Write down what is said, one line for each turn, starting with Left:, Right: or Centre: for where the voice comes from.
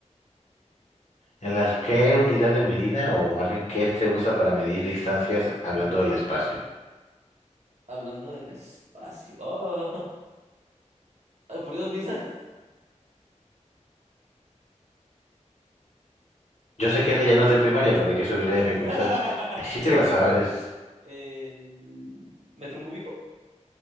Left: ¿En las qué unidad de medida o más bien qué se usa para medir distancias hablando del espacio?
Right: Hablando del espacio. Oh, <laughs> ay, por Dios, Visa.
Left: Yo sé que eso ya no es de primaria, pero hay que subir la
Right: <laughs>
Left: dificultad. Así te la sabes.
Right: El metro cúbico.